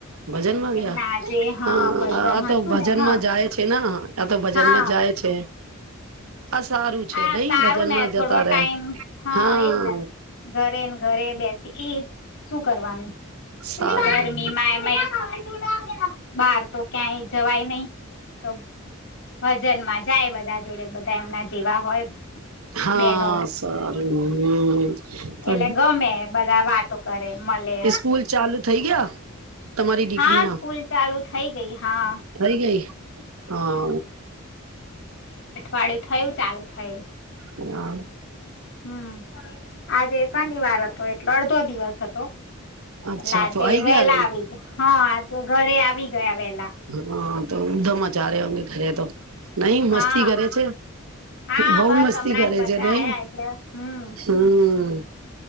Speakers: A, on the right; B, on the left.
A: ભજનમાં ગયા
B: એમના આજે હા
A: હ
B: ભજન
A: આ તો
B: હતું
A: ભજનમાં
B: ને હા
A: જાય છે આ તો ભજનમાં
B: હા
A: જાય છે. આ સારું છે
B: હા
A: નઈ
B: સારું
A: ભજનમાં
B: ને
A: જતા
B: થોડો
A: રે
B: ટાઈમ
A: હા.
B: એજ ને ઘરે ને ઘરે બેસી એજ શું કરવાનું
A: સારું
B: ગરમીમાં એમયુગ બાર તો ક્યાંય જવાય નહીિ. તમ વજનમાં જાય બધા જોડે બધા એમના જેવા હોય
A: હા
B: બેનો.
A: સારું હમ. તો
B: એટલે ગમે બધા વાતો કરે મળે.
A: સ્કૂલ ચાલુ થઈ ગયા તમારી દીકરી
B: હા
A: ના
B: સ્કૂલ ચાલુ થઈ ગઈ હા.
A: થઈ ગઈ હા.
B: ડે થયું ચાલુ થય
A: હ.
B: હમ આજે શનિવાર હતો એટલો અડધો દિવસ હતો
A: અચ્છા
B: એટલે આજે
A: તો આઈ
B: વહેલા
A: ગયા
B: આવી ગ હા આજે ઘરે આવી ગયા બેહ
A: હમ. તો ઉધામ ચારે અંગે ઘરે તો નઈ મસ્તી
B: હા
A: કરે છે
B: હા
A: બહુ
B: બસ
A: મસ્તી
B: હમણાં
A: કરે
B: જ બધા
A: છે નઈ
B: આયા એટલે હમ
A: હમ.